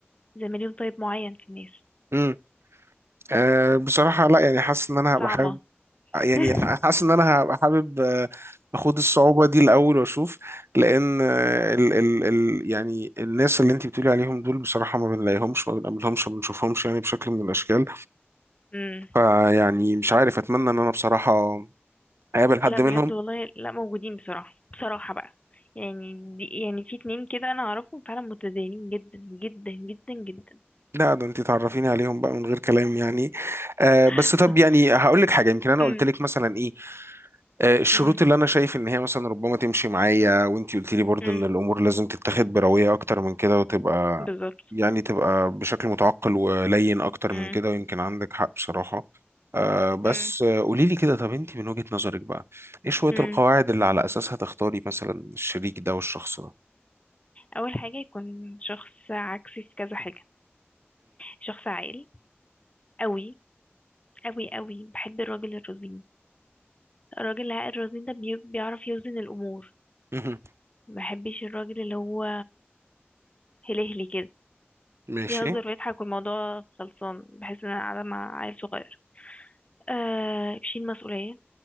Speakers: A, on the left (about 30°); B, on the right (about 70°).
A: زي ما ليهم طيب معين في الناس
B: امم آه بصراحة لا يعني حاسس ان انا
A: فصعبة
B: هبقى حابب
A: <laughs>
B: يعني حاسس ان انا هبقى حابب آه، اخد الصعوبة دي الاول واشوف لان آه، ال ال ال يعني الناس اللي انت بتقولي عليهم دول بصراحة ما بنلاقيهمش ما بنقابلهمش ما بنشوفهمش يعني بشكل من الاشكال
A: بجد
B: فيعني مش عارف اتمنى ان انا بصراحة اقابل حد
A: لا بجد
B: منهم
A: والله لا موجودين بصراحة بصراحة بقى يعني دي يعني في اتنين كده انا اعرفهم فعلا متدينين جدا جدا جدا جدا
B: لا ده انت تعرفيني عليهم بقى من غير كلام يعني آه
A: <laughs>
B: بس طب يعني هقول لك حاجة يمكن انا
A: امم
B: قلت لك مثلا ايه آه الشروط
A: امم
B: اللي انا شايف ان هي مثلا ربما تمشي معايا وانت قلت لي برضو
A: امم
B: ان الامور لازم تتاخد بروية اكتر من كده وتبقى
A: بالظبط
B: يعني تبقى بشكل متعقل ولين اكتر
A: امم
B: من كده ويمكن عندك حق بصراحة آه بس
A: امم
B: آه قولي لي كده طب انت من وجهة نظرك بقى ايه شوية
A: امم
B: القواعد اللي على اساسها تختاري مثلا الشريك ده والشخص ده
A: اول حاجة يكون شخص عكسي في كذا حاجة شخص عاقل قوي قوي قوي بحب الراجل الرزين الراجل العاقل الرزين ده بي... بيعرف يوزن الامور
B: امم
A: ما بحبش الراجل اللي هو هلهلي كده
B: ماشي
A: يهزر ويضحك والموضوع خلصان بحس ان انا قاعده مع عيل صغير آه بيشيل مسؤوليه